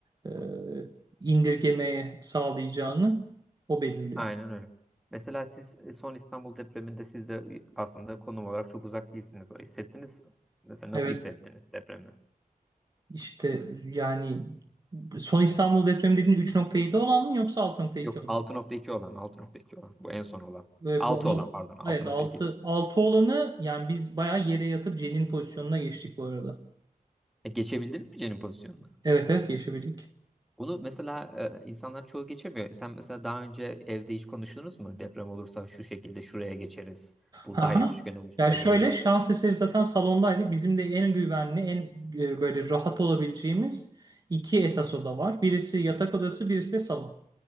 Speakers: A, on the right; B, in the centre.
A: e, indirgemeye sağlayacağını o belirliyor.
B: aynen öyle. Mesela siz e, son İstanbul depreminde siz de aslında konum olarak çok uzak değilsiniz. O hissettiniz mi? Mesela nasıl
A: Evet,
B: hissettiniz depremi?
A: işte yani son İstanbul depremi dediğin 3.7 olan mı yoksa 6.2
B: Yok
A: olan
B: altı
A: mı?
B: nokta iki olan altı nokta iki olan bu en son olan.
A: Ve
B: altı
A: bu
B: olan
A: al-
B: pardon altı
A: evet
B: nokta
A: 6
B: iki değil.
A: 6 olanı yani biz bayağı yere yatıp Cenin pozisyonuna geçtik bu arada.
B: E, geçebildiniz mi Cen'in pozisyonuna?
A: Evet evet geçebildik.
B: Bunu mesela e, insanlar çoğu geçemiyor. Sen mesela daha önce evde hiç konuştunuz mu? Deprem olursa şu şekilde şuraya geçeriz. Burada
A: Aha.
B: hayat üçgeni oluşturabiliriz.
A: Ya şöyle şans eseri zaten salondaydık. Bizim de en güvenli, en e, böyle rahat olabileceğimiz iki esas oda var. Birisi yatak odası, birisi de salon.